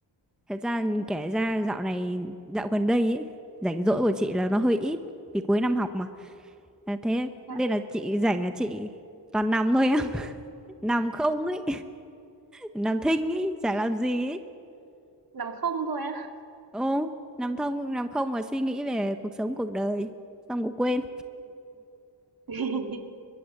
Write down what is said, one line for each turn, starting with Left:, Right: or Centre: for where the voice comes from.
Centre: Thật ra
Right: Ừ,
Centre: kể ra dạo này, dạo gần đây ấy, rảnh rỗi của chị là nó hơi ít. Vì cuối năm học mà. À, thế
Right: dạ,
Centre: nên là chị rảnh là chị toàn nằm thôi em. <laughs> Nằm không ấy. nằm thinh ý chả làm gì ý
Right: nằm không thôi á
Centre: ô nằm thông nằm không và suy nghĩ về cuộc sống cuộc đời xong ngủ quên
Right: <laughs>